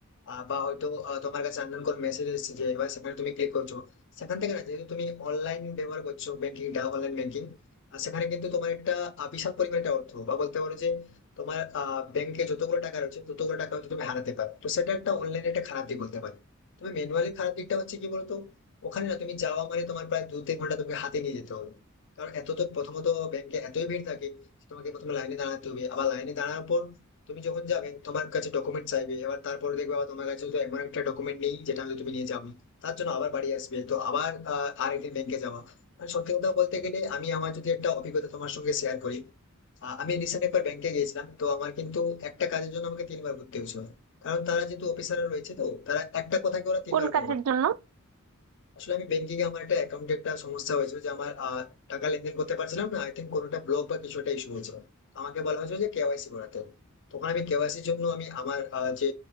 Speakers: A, on the left; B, on the right.
A: আহ, বা হয়তো আহ, তোমার কাছে আননোন কোনো মেসেজ এসেছে যে এবার সেখানে তুমি ক্লিক করছো সেখান থেকে না যেহেতু তুমি অনলাইন ব্যবহার করছো ব্যাংকিংটা অনলাইন ব্যাংকিং আর সেখানে কিন্তু তোমার একটা আহ, বিশাল পরিমাণে একটা অর্থ বা বলতে পারো যে তোমার আহ ব্যাংকে যতগুলো টাকা রয়েছে ততগুলো টাকা হচ্ছে তুমি হারাতে পারো তো সেটা একটা অনলাইনে একটা খারাপ দিক বলতে পারি তুমি ম্যানুয়ালি খারাপ দিকটা হচ্ছে কি বলতো ওখানে না তুমি যাওয়া মানে তোমার প্রায় দু তিন ঘন্টা তোমাকে হাতে নিয়ে যেতে হবে কারণ এত তো প্রথমত ব্যাংকে এতই ভিড় থাকে যে তোমাকে প্রথমে লাইনে দাঁড়াতে হবে আবার লাইনে দাঁড়ানোর পর তুমি যখন যাবে তোমার কাছে ডকুমেন্ট চাইবে এবার তারপরে দেখবে আবার তোমার কাছে তো এমন একটা ডকুমেন্ট নেই যেটা হয়তো তুমি নিয়ে যাবে তার জন্য আবার বাড়ি আসবে তো আবার আহ, আরেকদিন ব্যাংকে যাওয়া মানে সত্যি কথা বলতে গেলে আমি আমার যদি একটা অভিজ্ঞতা তোমার সঙ্গে শেয়ার করি আহ, আমি রিসেন্ট একবার ব্যাংকে গিয়েছিলাম তো আমার কিন্তু একটা কাজের জন্য আমাকে তিনবার ঘুরতে হয়েছিল কারণ তারা যেহেতু অফিসাররা রয়েছে তো তারা একটা কথাকে ওরা তিনবার
B: কোন
A: করে
B: কাজের
A: বলে
B: জন্য
A: আসলে আমি ব্যাংকিং এ আমার একটা অ্যাকাউন্টে একটা সমস্যা হয়েছিল যে আমার আহ, টাকা লেনদেন করতে পারছিলাম না আই থিঙ্ক কোনোটা ব্লক বা কিছু একটা ইস্যু হয়েছিল আমাকে বলা হয়েছিল যে কেওয়াইসি করাতে হবে। তখন আমি কেওয়াইসির জন্য আমি আমার আহ, যে